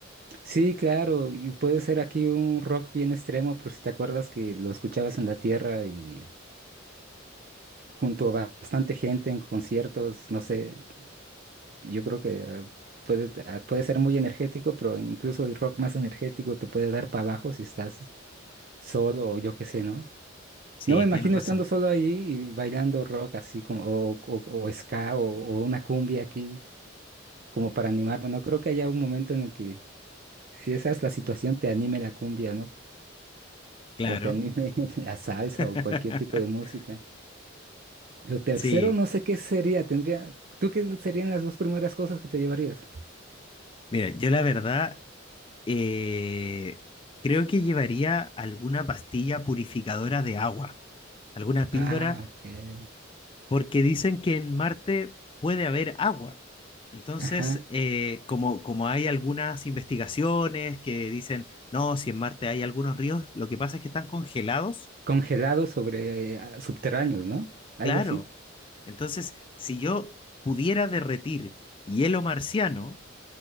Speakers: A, on the right (about 45°); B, on the left (about 25°).
A: Sí, claro, y puede ser aquí un rock bien extremo, pero si te acuerdas que lo escuchabas en la tierra y junto a bastante gente en conciertos, no sé, Yo creo que ah, puede, ah, puede ser muy energético, pero incluso el rock más energético te puede dar para abajo si estás solo o yo qué sé, ¿no?
B: Sí,
A: No me imagino
B: tienes razón.
A: estando solo ahí y bailando rock así como, o, o- o ska o, o una cumbia aquí como para animarme. No creo que haya un momento en el que si esa es la situación te anime la cumbia, ¿no?
B: Claro.
A: O te anime <laughs> la salsa
B: <laughs>
A: o cualquier tipo de música. Lo tercero,
B: Sí.
A: no sé qué sería. Tendría, ¿tú qué serían las dos primeras cosas que te llevarías?
B: Mira, yo la verdad eh, creo que llevaría alguna pastilla purificadora de agua, alguna píldora,
A: Ah, ok.
B: porque dicen que en Marte puede haber agua. Entonces,
A: Ajá.
B: eh, como, como hay algunas investigaciones que dicen, no, si en Marte hay algunos ríos, lo que pasa es que están congelados,
A: Congelados sobre eh, subterráneos, ¿no? Algo
B: claro.
A: así.
B: Entonces, si yo pudiera derretir hielo marciano,